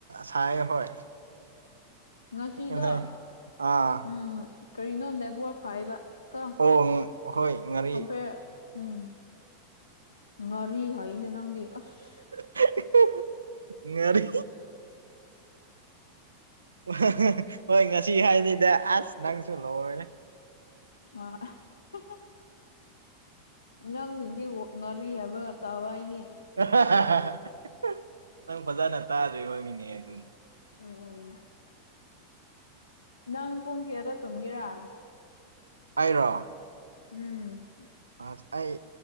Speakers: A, on the right (about 75°); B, on the left (about 75°).
A: ꯁꯥꯏ ꯍꯣꯏ
B: ꯉꯁꯤꯗꯣ
A: ꯉꯁꯥꯏ ꯑꯥ
B: ꯎꯝ ꯀꯔꯤꯅꯣ ꯅꯦꯠꯋꯔꯛ ꯐꯥꯏꯕ ꯀ
A: ꯑꯣ ꯍꯣꯏ ꯉꯥꯔꯤ
B: ꯀꯝꯄꯦꯔ ꯎꯝ ꯉꯔꯤ ꯍꯅꯦ ꯅꯪꯗꯤ ꯑꯁ
A: <unintelligible> ꯉ ꯉꯔꯤ <unintelligible> ꯍꯣꯏ ꯉꯁꯤ ꯍꯥꯏꯁꯤꯗ ꯑꯁ ꯅꯪꯁꯨ ꯂꯧꯔꯦ
B: ꯑ <unintelligible> ꯅꯪꯗꯨꯗꯤ ꯉꯥꯔꯤ ꯍꯥꯏꯕ ꯇꯥꯋꯥꯏꯅꯦ
A: <unintelligible> ꯅꯪ ꯐꯖꯅ ꯇꯥꯗꯣꯏ ꯍꯣꯒꯤꯅꯦ ꯑꯗꯨꯅꯦ
B: <unintelligible> ꯎꯝ ꯅꯪ ꯄꯨꯡ ꯀꯌꯥꯗ ꯇꯨꯝꯒꯦꯔꯥ
A: ꯑꯩꯔꯣ
B: ꯎꯝ
A: ꯑꯁ ꯑꯩ